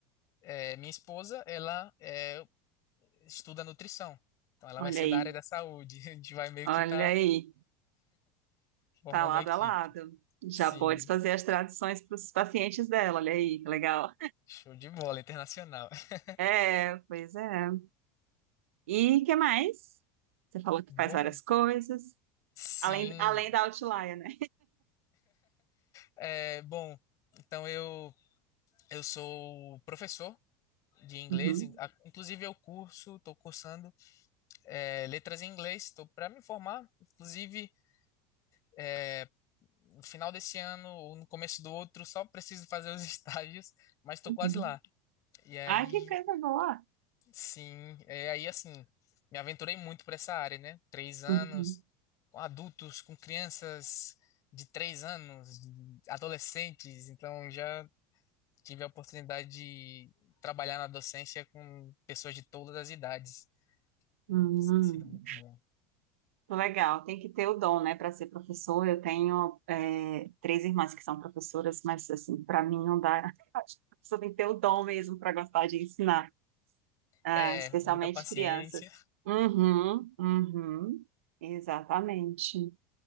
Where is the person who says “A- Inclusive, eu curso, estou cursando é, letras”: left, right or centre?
Left